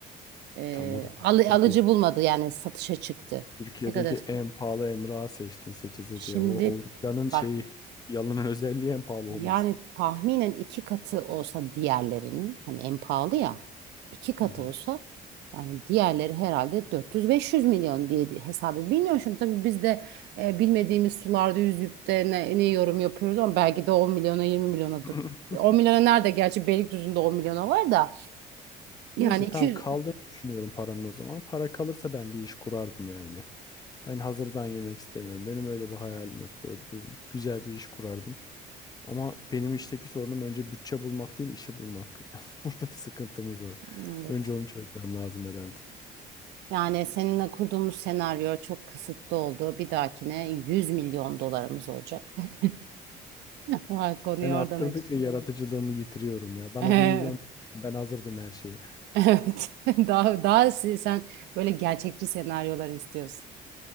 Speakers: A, on the right; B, on the left.
A: Ee,
B: e, tam o da
A: alı-
B: Türkiye'deki
A: alıcı bulmadı yani satışa çıktı.
B: Türkiye'deki
A: Ne kadar?
B: en pahalı emlak seçtin seçe seçe.
A: Şimdi
B: O, o yalanın şeyi
A: bak
B: yalanın <laughs> özelliği en pahalı
A: Yani
B: olması.
A: tahminen iki katı olsa diğerlerinin hani en pahalı ya iki katı
B: Hı hı.
A: olsa yani diğerleri herhalde 400-500 milyon diye de- hesabı bilmiyorum şimdi tabii biz de e, bilmediğimiz sularda yüzüp de ne, ne yorum yapıyoruz ama belki de 10 milyona 20 milyonadır.
B: <laughs>
A: 10 milyona nerede gerçi Beylikdüzü'nde 10 milyona var da yani
B: Neyse
A: 200
B: tamam kaldığını düşünüyorum paranın o zaman. Para kalırsa ben bir iş kurardım ya yine. Ben hazırdan yemek istemiyorum. Benim öyle bir hayalim yok. Böyle, bir- güzel bir iş kurardım. Ama benim işteki sorunum önce bütçe bulmak değil, işi bulmak. <laughs> Burada bir sıkıntımız var.
A: evet.
B: Önce onu çözmem lazım herhalde.
A: Yani seninle kurduğumuz senaryo çok kısıtlı oldu. Bir dahakine 100 milyon dolarımız olacak. <laughs> Ha, Konuyu
B: Ben arttırdıkça
A: oradan aç.
B: yaratıcılığımı yitiriyorum ya. Bana
A: <laughs>
B: bir milyon ben hazırdım her şeye.
A: Evet. <laughs> Daha daha se- sen böyle gerçekçi senaryolar istiyorsun.